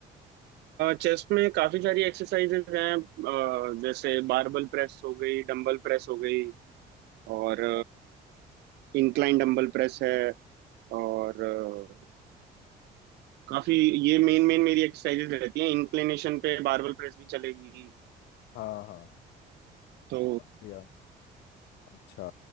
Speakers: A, on the right (about 80°); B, on the left (about 80°).
A: चेस्ट में काफी सारी एक्सरसाइजेज हैं अ, जैसे बारबल प्रेस हो गई डंबल प्रेस हो गई और
B: आप
A: इंक्लाइन डंबल प्रेस है और अ, काफी ये मेन मेन मेरी एक्सरसाइजेज रहती हैं इंक्लिनेशन पे बारबल प्रेस भी चलेगी
B: हाँ हाँ
A: तो
B: बहुत बढ़िया अच्छा